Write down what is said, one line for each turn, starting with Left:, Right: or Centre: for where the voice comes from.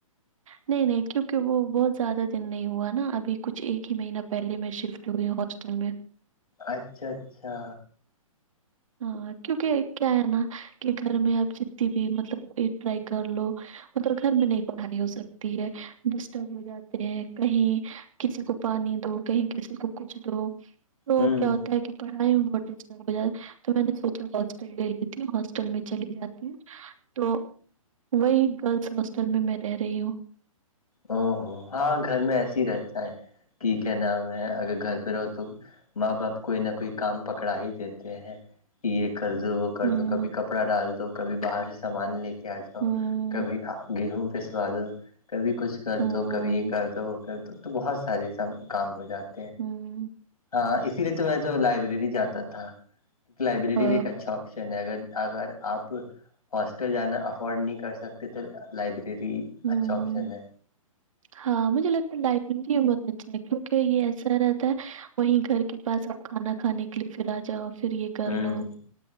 Right: نہیں نہیں کیونکہ وہ بہت زیادہ دن نہیں ہوا نا ابھی کچھ ایک ہی مہینہ پہلے میں شفٹ جوئی ہاسٹل میں
Left: اچھا اچھا
Right: ہاں کیونکہ کیا ہے نا کہ گھر میں آپ جتنی بھی مطلب ٹرائی کر لو مطلب گھر میں نہیں پڑھانی ہو سکتی ہے ڈسٹرب ہو جاتے ہیں کہیں کسی کو پانی دو کہیں کسی کو کچھ دو تو
Left: ہوں
Right: کیا ہوتا ہے کہ پڑھائی میں بہت ڈٹ ہو جات تو میں نے سوچا ہاسٹل لے لی تھی ہاسٹل میں چلی جاتی ہے تو وہی گرلس ہاسٹل میں میں رہی ہوں
Left: او ہو ہاں گھر میں ایسے ہی رہتا ہے کہ کیا نام ہے اگر گھر پہ رہو تو ماں باپ کوئی نہ کوئی کام پکڑا ہی دیتے ہیں کہ یہ کر دو وہ کر
Right: ہوں
Left: دو کبھی کپڑا ڈال دو کبھی باہر سے سامان لے کیا جاؤ
Right: ہوں
Left: کبھی گیہوں پہ سوادو کبھی کچھ کر
Right: ہوں
Left: دو کبھی یہ کر دو وہ کر دو تو بہت سارے سب کام ہو جاتاے
Right: ہوں
Left: ہاں اسی لیے تو میں تو لائبریری جاتا تھا کی لائبریری
Right: ا
Left: بھی ایک اچھاتا اگر اگر آپ ہاسٹل جانا افورڈ نہیں کر سکتے تو لائبریری
Right: ہوں
Left: اچھا آپشن ہے
Right: ہاں مجھے لگ لائبریری ہے بہت اچا ل کیونکہ یہ ایسا رہتا ہے وہیں گھر کے پاس اپ کھانا کھانے کے لیے پھر آ جاؤ پھر یہ کر
Left: ہوں
Right: لو